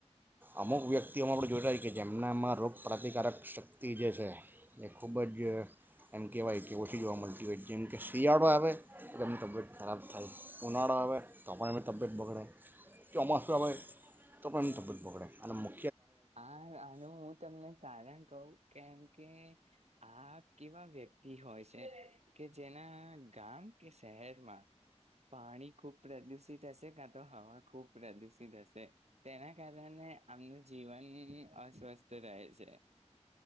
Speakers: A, on the right; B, on the right.
A: અમુક વ્યક્તિઓમાં આપણે જોઈતા હો કે જેમનામાં રોગપ્રતિકારક શક્તિ જે છે એ ખૂબ જ એમ કહેવાય કે ઓછી જોવા મળતી હોય જેમકે શિયાળો આવે તો એની તબિયત ખરાબ થાય ઉનાળો આવે તો પણ એની તબિયત બગડે. ચોમાસું આવે તો પણ તબિયત બગડે અને મો
B: હા આનું હું તમને કારણ કઉ કેમ કે આ કેવા વ્યક્તિ હોય છે. કે જેના ગામ કે શહેરમાં પાણી ખૂબ પ્રદુષિત હશે ક તો હવા. ખૂબ પ્રદુષિત હશે તેણે કારણે અમૃત હું હું અસ્વસ્થ રહે છે.